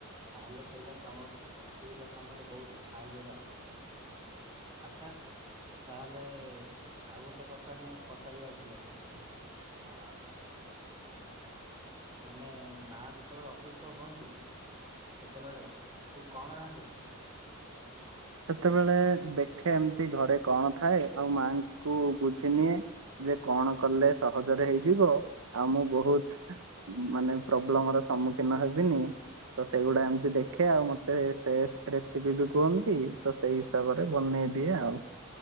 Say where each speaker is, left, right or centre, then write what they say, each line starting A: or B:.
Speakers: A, on the right; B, on the right.
A: ତାହେଲେ ସେଇଟା ତମ। ଅସୁବିଧା ସମୟରେ ବହୁତୁ ସାହାଯ୍ୟରେ ଆସେ ଆଚ୍ଛା। ତାହେଲେ ଆଉ ଗୋଟେ କଥା ମୁଁ ପଚାରିବାର ଥିଲା ତତେ। ଆ। ମାନେ ମା ଯେତେବେଳେ ଅସୁସ୍ଥ ହୁଅନ୍ତି ସେତେବେଳେ। ତୁ କଣ ରାନ୍ଧୁ?
B: ସେତେବେଳେ ଦେଖେ ଏମତି ଘରେ କଣ ଥାଏ ଆଉ ମାଆଙ୍କୁ ବୁଝି ନିିଏ। ଯେ କଣ କଲେ ସହଜରେ ହେଇଯିବ ଆଉ ମୁଁ ବହୁତ୍। ମାନେ ପ୍ରୋବ୍ଲେମ ର ସମ୍ମୁଖୀନ ହେବିନି। ତ ସେଇଗୁଡା ଏମତି ଦେଖେ ଆଉ ମତେ ସେସ୍ ରେସିପି ବି କୁହନ୍ତି। ତ ସେଇ ହିସାବରେ ବନେଇ ଦିଏ ଆଉ।